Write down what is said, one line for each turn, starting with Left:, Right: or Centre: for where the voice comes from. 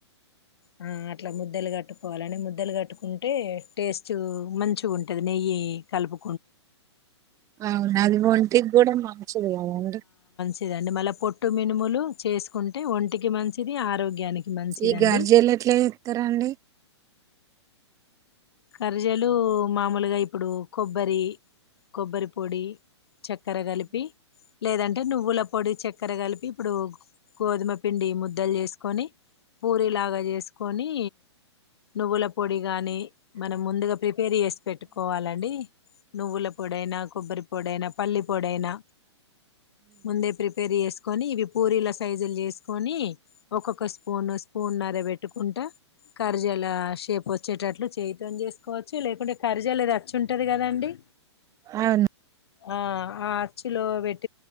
Left: ఆ అట్లా ముద్దలు కట్టుకోవాలని ముద్దలు కట్టుకుంటే టేస్ట్ మంచి ఉంటు కలుపు
Right: అవును అది ఒంటికి కూడా మంచిది కదండి
Left: ండి మళ్ళీ పొట్టు మినుములు చేసుకుంటే ఒంటికి మంచిది ఆరోగ్యానికి మంచిదండి
Right: ఈ గార్జీలు ఎట్లా ఇస్తారా అండి
Left: కరిజలు మామూలుగా ఇప్పుడు కొబ్బరి కొబ్బరి పొడి చక్కెర కలిపి లేదంటే నువ్వుల పొడి చక్కెర కలిపి ఇప్పుడు గోధుమ పిండి ముద్దలు చేసుకొని పూరీలాగా చేసుకొని నువ్వుల పొడి కానీ మనం ముందుగా ప్రిపేర్ చేసి పెట్టుకోవాలండి నువ్వుల పొడైనా కొబ్బరి పొడయినా పల్లి పొడైనా ముందే ప్రిపేర్ చేసు కొని ఇవి పూరీల సైజులు చేసుకొని ఒక్కొక్క స్పూన్ స్పూనర పెట్టుకుంటా కరిజెల షేపు వచ్చేటట్లు చేయి చేసుకోవచ్చు లేకుంటే కారిజెలది అచ్చు ఉంటది గదా అండి
Right: అవును
Left: ఆ ఆ అచ్చు లో వెట్